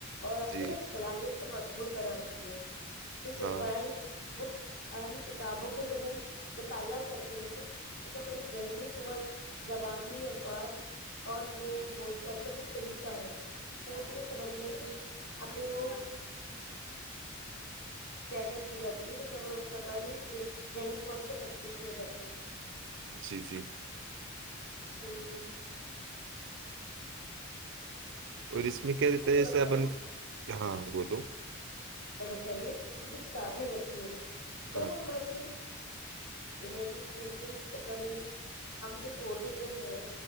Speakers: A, on the left; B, on the right.
A: اور اپنی
B: جی
A: نا صلاحیت کو مضبوط بناتی ہے ٹھیک ہے
B: ہاں
A: پڑھائی
B: ہ
A: بکس اہم کتابوں کو جب ہم مطالعہ کرتے ہیں توس ہماری زینک وت زبانی الفاظ اور ہمیں بول چال کا جو طریقہ ہے سوچنے سمجھنے کی ہمیں وہ پیدا کی جات یہ مطلب ہماری ذہنی قت کو مضبوط کیا جاتا ہے اس سے
B: جی جی
A: ہوں
B: اورس میں کیا دیتے
A: اچھا
B: ایسے
A: بتاؤ
B: اپن ہاں بولو
A: بتائیے جیسے جو کتابیں ہوتی ہے کیا
B: ہاں
A: وہ ہماری امیجینیشنس مطلب ہم جو سوچتے ہیں